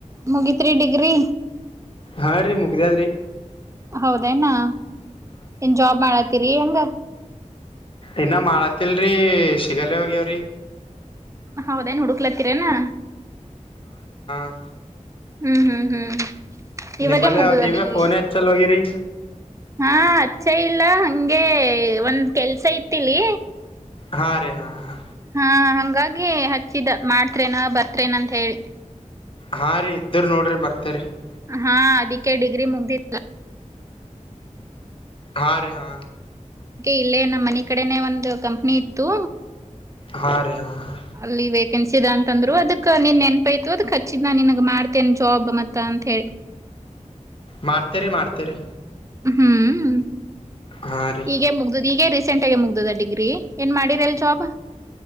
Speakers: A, on the right; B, on the left.
A: ಮುಗತ್ರಿ ಡಿಗ್ರಿ
B: ಹಾ ರೀ ಮುಗ್ದದ್ರಿ
A: ಹೌದೇನಾ ನ್ ಜಾಬ್ ಮಾಡತ್ತೀರಿ ಹೆಂಗ
B: ಇನ್ನ ಮಾಡತ್ತಲ್ರಿ ಸಿಗಾಲೇ ಹೋಗ್ಯಾವ್ರಿ
A: ಹೌದೇನ್ ಹುಡುಕ್ಲತ್ತೀರೇನಾ
B: ಹ
A: ಹ್ಮ್ ಹ್ಮ್ ಹ್ಮ್ ಇವಾಗ
B: ನಿಂಬಲ್ಲಿ
A: ಮುಗ್ದ
B: ನೀವೇ
A: ಡಿಗ್ರಿ
B: ಫೋನ್ ಹಚ್ಚಲ್ ಹೋಗಿರಿ
A: ಹಾ ಅಚ್ಚ ಇಲ್ಲ ಹಗೆ ಒಂದ್ ಕೆಲ್ಸ ಇತಿಲಿ
B: ಹಾ ರೀ ಹಾ ಹಾ
A: ಹಾ ಹಂಗಾಗಿ ಹಚ್ಚಿದ ಮಾಡ್ತ್ೇನಾ ಬರ್ತ್ೇನ ಅಂತ ಹೇಳಿ
B: ಹಾ ರೀ ಇದ್ರ ನೋಡ್ರಿ ಬರ್ತೆೇರಿ <unintelligible>
A: ಹಾ ಅದಕ್ಕೆ ಡಿಗ್ರಿ ಮುಗ್ದ
B: ಹಾ ರೀ ಹಾ
A: ಅದಕ್ಕೆ ಇಲ್ಲೇ ನಮ್ಮ ಮನ ಕಡೆನೆ ಒಂದು ಕಂಪ್ನಿ ಇತ್ತು
B: ಹಾ ರೀ ಹಾ ಹಾ
A: ಅಲ್ಲಿ ವೇಕೆನ್ಸಿ ಇದ ಅಂತಂದ್ರು ಅದಕ್ ನಿನ್ ನೆನ್ಪೈತ ಅದಕ್ ಹಚ್ಚಿದ್ ನಾ ನಿನ್ಗ್ ಮಾಡ್ತೇನ್ ಜಾಬ್ ಮತ್ತ ಅಂತ ಹೇಳಿ
B: ಮಾಡ್ತೇರಿ ಮಾಡ್ತೇರಿ
A: ಹ್ಮ್
B: ಹಾ ರೀ
A: ಈಗ ಮುಗ್ದುದು ಈಗ ಸೆಂಟಗ ಮುಗ್ದದ ಡಿಗ್ರಿ ಏನ್ ಮಾಡಿರಲ್ ಜಾಬ್